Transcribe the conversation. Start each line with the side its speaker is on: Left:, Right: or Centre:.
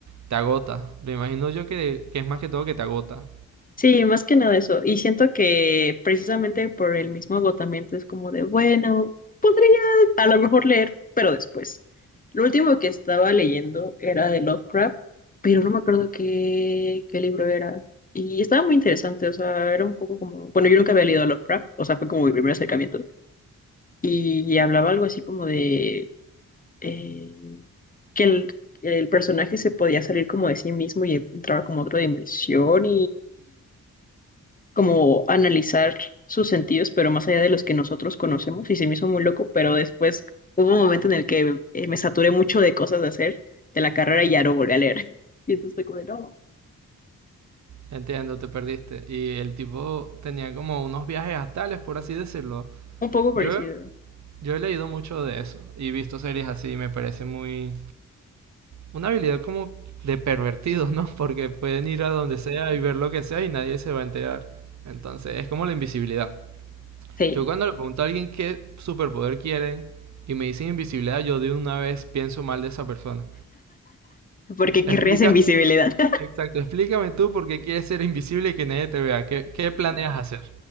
Right: te agota. Me imagino yo que, que es más que todo que te agota.
Left: Sí, más que nada eso. Y siento que precisamente por el mismo agotamiento es como de, bueno, podría a lo mejor leer, pero después. Lo último que estaba leyendo era de Lovecraft, pero no me acuerdo qué, qué libro era. Y estaba muy interesante, o sea, era un poco como, bueno, yo nunca había leído a Lovecraft, o sea, fue como mi primer acercamiento. Y hablaba algo así como de eh, que el, el personaje se podía salir como de sí mismo y entraba como a otra dimensión como analizar sus sentidos, pero más allá de los que nosotros conocemos, y se me hizo muy loco, pero después hubo un momento en el que eh, me saturé mucho de cosas de hacer de la carrera y ya no volví a leer. <laughs> Y entonces fue como de, no,
Right: Entiendo, te perdiste. Y el tipo tenía como unos viajes astrales, por así decirlo.
Left: un poco parecido.
Right: Yo, yo he leído mucho de eso y visto series así, me parece muy, Una habilidad como de pervertido, ¿no? <laughs> Porque pueden ir a donde sea y ver lo que sea y nadie se va a enterar. Entonces, es como la invisibilidad.
Left: Sí,
Right: Yo cuando le pregunto a alguien qué superpoder quieren y me dicen invisibilidad, yo de una vez pienso mal de esa persona.
Left: porque
Right: Explica,
Left: querrías invisibilidad. <laughs>
Right: exacto, explícame tú por qué quieres ser invisible y que nadie te vea. ¿Qué, qué planeas hacer?